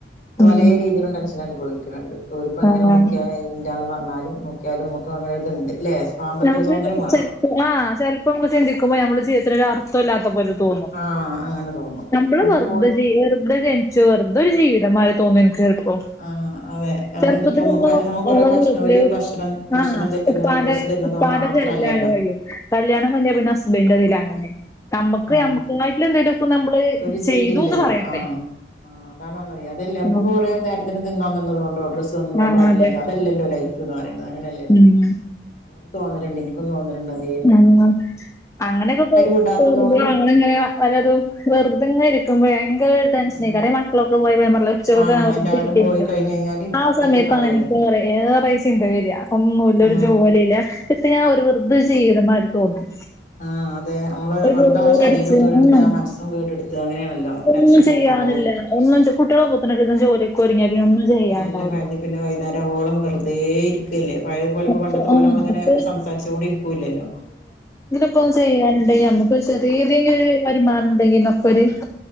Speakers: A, on the left; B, on the left.
A: പലേ
B: ഉം
A: രീതിയിലും ടെൻഷൻ അനുഭവിക്ക്ണ് ണ്ട് ഓര് ഇപ്പൊ എങ്ങനെ
B: ആഹ്
A: നോക്കിയാലും ഏഹ് വെരന്റാന്ന് പറഞ്ഞാലും നോക്കിയാലും നമുക്ക് അങ്ങനെ ഒര്ത്ണ്ട് ല്ലേ സാമ്പത്തിക
B: നമുക്ക്
A: സ്വാതന്ത്ര്യം വേണം
B: ചിൽപ്പം ആ ചെലപ്പം നമ്മള് ചിന്തിക്കുമോ നമ്മള് ജീവിതത്തിനൊരു അർ അർത്ഥുല്ലാത്ത പോലെ തോന്നും
A: ആഹ് അങ്ങനെ തോന്നും
B: നമ്മള്
A: നമുക്കിപ്പോ
B: വെറ്തെ
A: ഓര്
B: ജീവിച്ച് വെറ്തെ ജനി ചെറുതൊരു ജീവിതം മാരീ തോന്നും എനിക്ക് ചെലപ്പോ
A: ആഹ് അതെ അതായത്
B: ചെർപ്പത്തിൽ
A: ഇപ്പോ നമുക്ക്
B: ഒന്നും
A: ഭ നമുക്ക് കൊറെ ഭക്ഷ ഒരു ഭക്ഷണം
B: <unintelligible>
A: ഭക്ഷണം
B: ആ
A: തരുന്നതോ
B: ഉപ്പാന്റെ
A: ഡ്രസ്സ് തരുന്നതോ
B: പ്പാന്റെ
A: മാത്രല്ലല്ലോ
B: ചെലവിലാണ് കയ്യും. കല്യാണം കയിഞ്ഞ പിന്നെ ഹസ്ബന്റ തിലങ്ങനെ, നമ്മക്ക്
A: ആഹ്
B: ഞമ്മ <unintelligible> എന്തേലൊക്കെ നമ്മള്
A: ഒരു ജ്
B: ചെയ്തുന്ന്
A: ഇതില്ലല്ലോ
B: പറയണ്ടേ
A: ആഹ് ആഹ് അതാണ് പറഞ്ഞത് അതല്ലേ നമുക്ക്പ്പോ
B: ഉം
A: കുറേ നേര ത്തിന് തിന്നാൻ തന്നതോണ്ടോ ഡ്രസ്സ് തന്നതു കൊണ്ടോ
B: ആഹ്
A: അല്ലല്ലോ
B: അതെ
A: അതല്ലല്ലോ ലൈഫ്ന്ന് പറയണെ അങ്ങനല്ലല്ലോ
B: ഉം
A: ഇൻക്കും തോന്നല്ണ്ട് ഇനിക്കും തോന്നലിണ്ട് അതൊ
B: ആഹ് അങ്ങനെക്കെ തൊ
A: വിടാത്തത്
B: തോന്നുമ്പളാണ്
A: കൊണ്ട്
B: നമ്മളിങ്ങനെ പലതും വെറ്തെ ങ്ങനെ ഇരിക്കുമ്പേ ഭയങ്കര ടെൻഷനെയ്കാരം
A: ഉം
B: ഈ മക്കളൊക്കെ പോയ പിന്നെ ഞാ പറഞ്ഞില്ലേ ഉച്ചക്കെ
A: ആഹ്
B: ഞാൻ വെറ്തെ
A: എല്ലാരും
B: ഇരിക്കേക്കാരം
A: പോയി കഴിഞ്ഞ് കഴിഞ്ഞാല്
B: ആഹ് സമയത്താണ്
A: ഒറ്റക്കാവല്ലോ
B: എനിക്കേറെ ഏറെ ഈ ചിന്ത വരാ ഒന്നൂല്ല
A: ആഹ്
B: ഒരു ജോലില്ല എത്തിനാ ഓര് വെറ്തെ ചെയ്യ്ണ മാരി തോന്നും.
A: ആഹ് അതെ അമ്മള്
B: ഒരു
A: വെർതെ
B: ബോറടിച്ച്
A: മ്മളെ ശരീരം കേടട്ത്ത
B: ഉം
A: മൻസ്സും കേടെട്ത്താ അങ്ങനാണല്ലോ
B: ഒന്നും
A: ടെൻഷനും
B: ചെയ്യാനില്ല
A: ഇണ്ടാവും.
B: ഒന്നും <unintelligible> ജോലി ക്കൊരുങ്ങിയാൽ പിന്നെ ഒന്നും ചെയ്യാനുണ്ടാവില്ല
A: എല്ലാം കഴിഞ്ഞ് പിന്നെ വൈന്നേരം ആവോളം വെറ്തേ ഇരി ല്ലേ പഴയപോലെ ഇപ്പോ
B: അപ്പൊ
A: പണ്ടത്തെ പോലെ
B: ഉം
A: നമ്മളിങ്ങനെ
B: അപ്പൊ
A: സംസാരിച്ചോണ്ടിരിക്കൂല്ലല്ലോ.
B: ഇപ്പം ചെയ്യാനുണ്ടെങ്കി അമ്മുക്ക് ചെറിയതെങ്കിലോ വരുമാനംണ്ടെങ്കിലൊക്കൊര്
A: ആഹ്